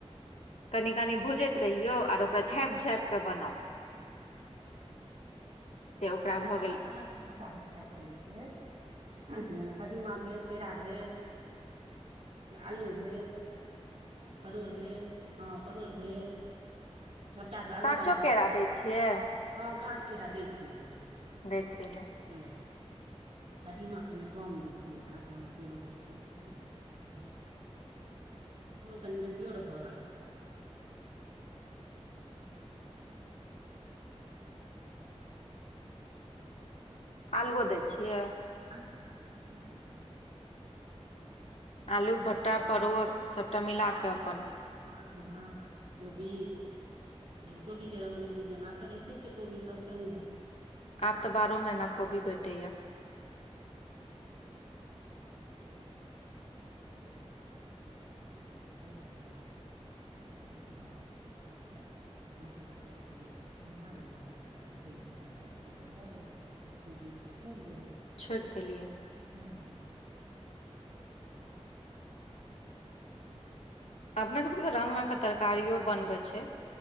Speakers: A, on the left; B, on the right.
A: कनि कनि भुजैत रहियौ और ओकरा झाँपि
B: हँ
A: झाँपि कऽ बनाउ से
B: हमसभ
A: ओकरा
B: तऽ
A: भऽ
B: अलग
A: गेल
B: अलग सभटा कऽ फ्राइ कऽ लै छियै जेना कदीमा भेल केरा भेल आलू भेल परोड़ भेल ह परोड़ भेल सभटाक अलग
A: काँचो
B: अलग
A: केरा
B: सँ
A: दै छियै
B: हँ काँच केरा दै छियै कनि
A: दै छियै ने
B: हु कदीमा कनि कम दै छियै काचो मे केरो दै छियै कनिटा हिसाबसँ परोर कनी बेसीयो रहल <inaudible> हूँ। <inaudible> <inaudible>
A: आलु ओ दैय छियै
B: आलु ओ दैय छियै मटरो दै छियै
A: आलू भट्टा परोड़ सभटा मिलाकऽ अपन
B: कदीमा खीरा कोबी। जहैन कोबी के रहलै सीजन आब तऽ रहिते छै कोबी सभ टाइम मे
A: आब तऽ बारहहो महीना कोबी भेटैया।
B: हैं अलग अलग च। आ कऽ सुनल मसाला सभके कनि धमा लेलौ तखन फेर ई सभ तरकारी सभमे दऽ देलियै एकी गीर से छोड़ि देलियै
A: छोकि देलियै।
B: हूँ <inaudible>
A: अपने सभके तऽ रंग रंग के तरकारियो बनबै छै